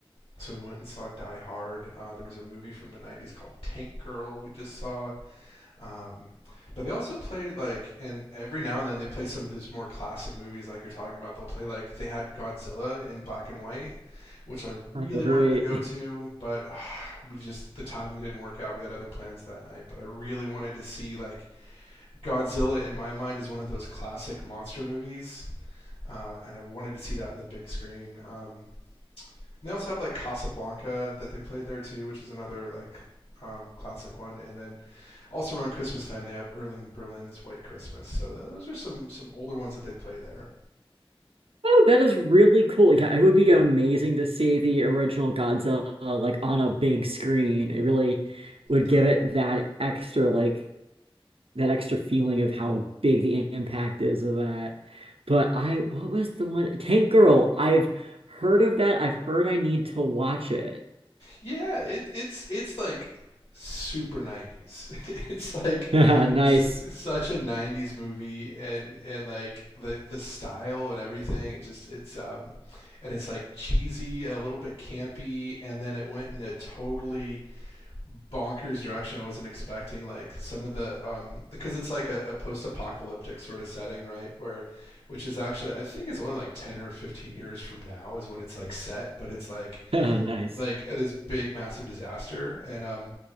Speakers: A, on the left (about 65°); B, on the right (about 75°).
A: so we went and saw Die Hard. Uh, there was a movie from the 90s called Tank Girl we just saw. Um, but they also played like, and every now and then they play some of those more classic movies like you're talking about. They'll play like, they had Godzilla in black and white, which I really
B: Oh, great.
A: wanted to go to, but uh, we just, the timing didn't work out. We had other plans that night, but I really wanted to see like Godzilla in my mind is one of those classic monster movies. Uh, and I wanted to see that in the big screen. Um, and they also have like Casablanca that they play there too, which is another like um, classic one. And then also around Christmas time, they have Erling Berlin's White Christmas. So th- those are some some older ones that they play there,
B: Oh, that is really cool. Yeah, it would be amazing to see the original Godzilla uh, like on a big screen. It really would
A: right?
B: give it that extra like that extra feeling of how big the impact is of that. But I, what was the one? Tank Girl. I've heard of that. I've heard I need to watch it.
A: Yeah, it, it's it's like super 90s <laughs> it's like
B: <laughs> Nice.
A: s- such a 90s movie and and like the the style and everything it just it's um and it's like cheesy and a little bit campy and then it went in a totally bonkers direction I wasn't expecting. Like some of the um, because it's like a, a post-apocalyptic sort of setting, right? Where, which is actually I think it's only like ten or fifteen years from now is when it's like set, but it's like
B: <laughs> Nice.
A: like uh, this big massive disaster, and um,